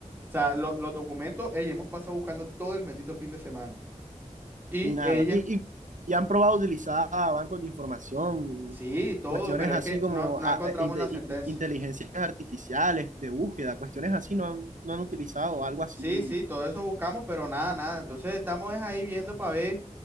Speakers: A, on the right; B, on the right.
A: sea, lo- los documentos, ella hemos pasado buscando todo el bendito fin de semana. Y
B: Y nada.
A: ella,
B: Y, y, y han probado utilizar bancos de información,
A: sí, todo,
B: cuestiones
A: pero es
B: así
A: que
B: como
A: no, no
B: ah,
A: encontramos
B: eh, inte-
A: la sentencia.
B: in- inteligencias artificiales de búsqueda, cuestiones así no han, no han utilizado, algo así.
A: Sí, sí, todo eso buscamos, pero nada, nada. Entonces
B: Ajá.
A: estamos es ahí viendo para ver